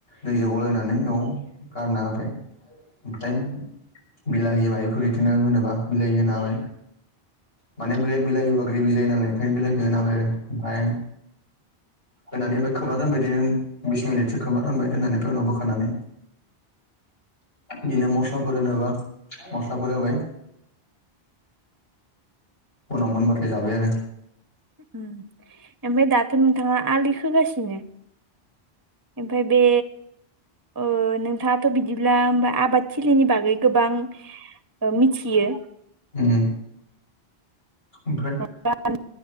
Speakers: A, on the left; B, on the right.
A: दैजो गलायनानै इयाव गारना होबाय। ओमफ्राय बिलाहि मायफोर इदिनो होनोबा बिलाहि होना होबाय। माने बे बिलाहि होबा ग्रेबि जायो नालाय ओंखायनो बिलाइखो होनो होबाय आरो ओमफ्राय। होनानै होबाय खोबना दोनबाय इदिनो बिस मिनिटसो खोबना दोनबाय दोननानै ओफ्राय उनाव बोखारनानै दिनो मस्लाफोर होनोबा मस्लाफोर होबाय। उनाव मोनबाथाय जाबाय आरो।
B: उम ओमफाय दाथ' नोंथाङा आलि खोगासिनो ओमफाय बे ओ नोंथाङाथ' बिदिब्ला होमबा आबाद थिलिनि बागै गोबां ओ मिथियो।
A: उम ओमफ्राय
B: <unintelligible>